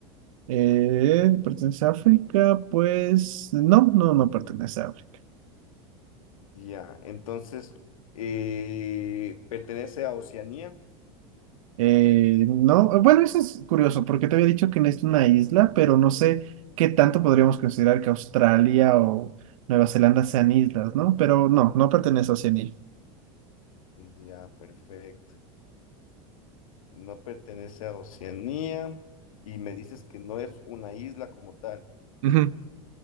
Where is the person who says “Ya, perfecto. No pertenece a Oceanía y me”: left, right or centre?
Left